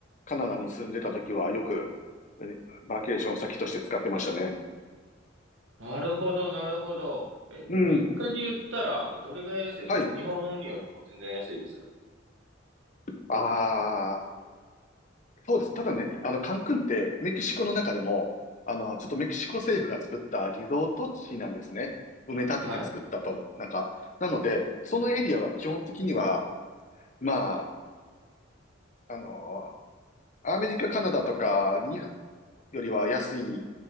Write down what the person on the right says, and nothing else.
なるほど、なるほど。え、
物価で言ったら、どれぐらい安いですか日本よりも全然安いです。
は